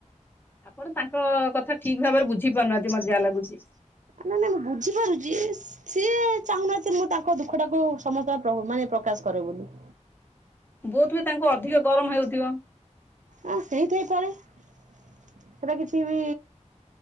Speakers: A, on the left (about 15°); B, on the right (about 80°).
A: ଆପଣ ତାଙ୍କ କଥା ଠିକ ଭାବରେ ବୁଝି ପାରୁନାହାନ୍ତି ମତେ ଯାହା ଲାଗୁଛି।
B: ନା ନା ନା ବୁଝିପାରୁଛି। ସି ସିଏ ଚାହୁଁନାହାନ୍ତି ମୁଁ ତାଙ୍କ ଦୁଃଖ ଟାକୁ ସମସ୍ତେ ଆଗ ମାନେ ପ୍ରକାଶ କରେ ବୋଲି।
A: ବୋଧ ହୁଏ ତାଙ୍କୁ ଅଧିକ ଗରମ ହେଉଥିବ।
B: ଆ ହେଇଥାଇପାରେ ସେଟା କିଛି ବି